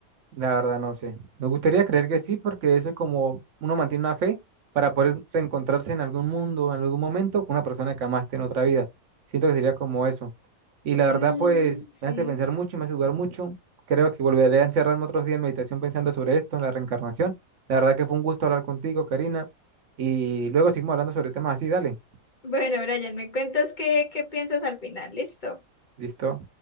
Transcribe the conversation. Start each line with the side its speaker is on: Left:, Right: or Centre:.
Right: La verdad no sé. Me gustaría creer que sí, porque eso es como uno mantiene una fe para poder reencontrarse en algún mundo, en algún momento, con una persona que amaste en otra vida. Siento que sería como eso. Y la
Left: Mm,
Right: verdad, pues,
Left: sí.
Right: me hace pensar mucho y me hace dudar mucho. Creo que volveré a encerrarme otros días en meditación pensando sobre esto, en la reencarnación. La verdad que fue un gusto hablar contigo, Karina. Y luego seguimos hablando sobre temas así, dale.
Left: Bueno, Brian, me cuentas qué, qué piensas al final, listo.
Right: ¿Listo?